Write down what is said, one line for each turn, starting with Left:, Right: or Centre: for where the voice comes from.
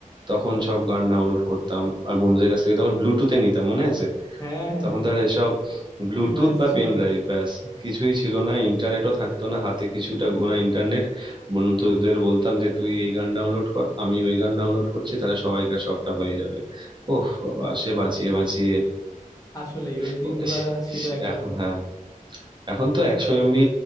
Right: তখন সব গান ডাউনলোড করতাম আর বন্ধুদের কাছ থেকে তখন ব্লুটুথে নিতাম মনে আছে
Left: হ্যাঁ হ্যাঁ
Right: তখন তো আর এসব ব্লুটুথ
Left: ডিভাইস
Right: বা
Left: ছিল
Right: পেন ড্রাইভ
Left: না
Right: ব্যাস কিছুই ছিল না ইন্টারনেটও থাকতো না হাতে কিছুটা গোনা ইন্টারনেট বন্ধুদের বলতাম যে তুই এই গান ডাউনলোড কর আমি ওই গান ডাউনলোড করছি তাহলে সবাইকার সবটা হয়ে যাবে ওহ বাবা সে বাঁচিয়ে বাঁচিয়ে
Left: আসলেই ওই
Right: তো
Left: দিনগুলা
Right: সে-
Left: ছিল
Right: সে-
Left: একরকম
Right: এখন হ্যাঁ এখন তো একশো এমবি